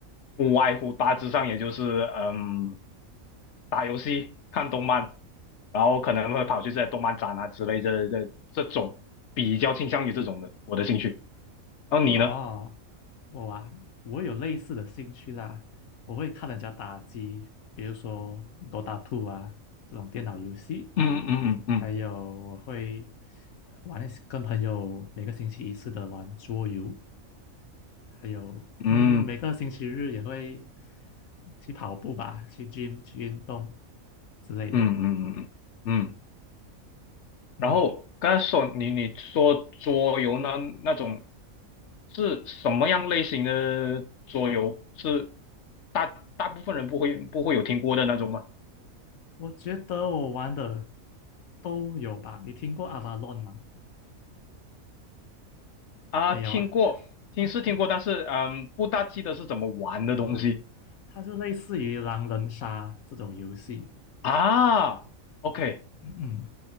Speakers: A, on the left; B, on the left.
A: 不外乎大致上也就是，嗯，打游戏、看动漫，然后可能会跑去这些动漫展啊之类这这这种，比较倾向于这种的我的兴趣。然后你呢？
B: 哦，我啊，我有类似的兴趣啦，我会看人家打机，比如说《Dota 2》啊这种电脑游戏，
A: 嗯嗯嗯嗯
B: 还有我会玩一些跟朋友每个星期一次的玩桌游，还有嗯，
A: 嗯
B: 每个星期日也会去跑步吧，去 gym 去运动之类的，
A: 嗯嗯嗯嗯嗯。嗯嗯
B: 嗯。
A: 然后刚才说你你说桌游呢那种是什么样类型的桌游？是大大部分人不会不会有听过的那种吗？
B: 我觉得我玩的都有吧。你听过 a v a l o 吗？
A: 啊，
B: 没有啊？
A: 听过，听是听过，
B: <laughs>
A: 但是嗯，不大记得是怎么玩的东西
B: 啊，它就类似于狼人杀这种游戏，
A: 啊。OK，
B: 嗯，